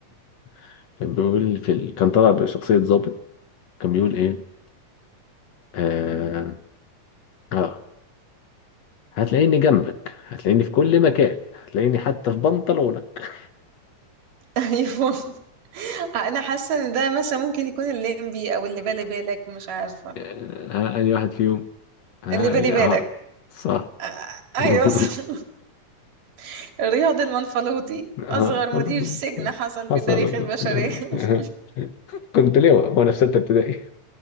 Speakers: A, on the left; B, on the right.
A: <laughs> كان بيقول في ال... كان طالع بشخصية ضابط كان بيقول ايه اه, آه. هتلاقيني جنبك هتلاقيني في كل مكان هتلاقيني حتى في بنطلونك
B: ايوه انا حاسه ان ده مثلا ممكن يكون الليمبي او اللي بالي بالك مش عارفه
A: آه. ها، أي واحد فيهم <laughs> آه
B: اللي بالي بالك
A: آه، صح
B: آه،
A: <laughs>
B: ايوه صح. <laughs> رياض المنفلوطي
A: آه،
B: اصغر مدير
A: حصل
B: سجن حصل
A: حصل
B: في تاريخ البشريه <laughs>
A: <laughs> كنت لواء وأنا في ستة ابتدائي <laughs>